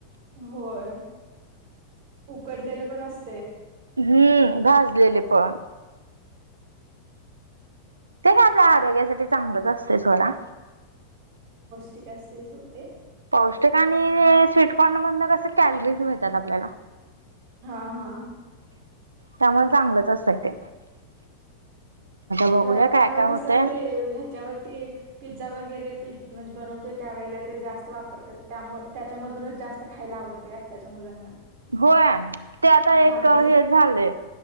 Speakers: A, on the right; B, on the right.
A: होय उकडलेलं पण अस
B: हम्म भाजलेले पण. ते काय आपल्या आरोग्यासाठी चांगलंच असतंय सोडा.
A: टिक असते सोडते.
B: पौष्टिक आणि स्वीटकॉर्न मधन कस कॅलरीज मिळतात आपल्याला
A: <unintelligible>
B: त्यामुळे चांगलंच असतंय ते. बघूया
A: तर आता
B: काय काय होतय.
A: कसं ते ह्याच्यावरती पिझ्झा वगैरे प म्हणजे बनवतोय त्यावेळेला ते जास्त वापरतात त्यामुळे त्याच्यामधूनच जास्त खायला आवडतेय आताच्या मुलांना.
B: होय ते आता
A: बाकीच
B: एक हे झालंय